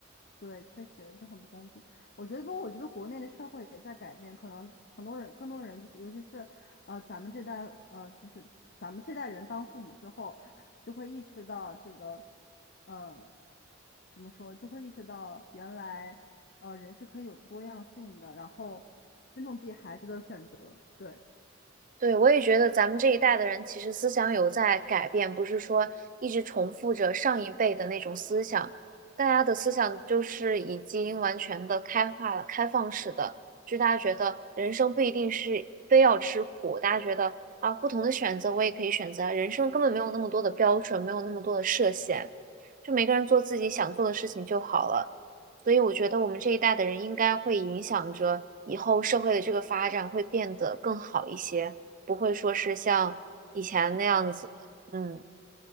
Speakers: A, on the left; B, on the right.
A: 对，确实这很不公平。我觉得，不过我觉得国内的社会也在改变，可能很多人，更多人就是，尤其是呃，咱们这代，呃，就是咱们这代人当父母之后，就会意识到这个，呃，怎么说，就会意识到原来，呃，人是可以有多样性的，然后尊重自己孩子的选择。对，
B: 对，我也觉得咱们这一代的人其实思想有在改变，不是说一直重复着上一辈的那种思想。大家的思想就是已经完全的开化了、开放式的，就大家觉得人生不一定是非要吃苦，大家觉得啊，不同的选择我也可以选择啊，人生根本没有那么多的标准，没有那么多的设限，就每个人做自己想做的事情就好了。所以我觉得我们这一代的人应该会影响着以后社会的这个发展，会变得更好一些。不会说是像以前那样子的。
A: 对，
B: 嗯，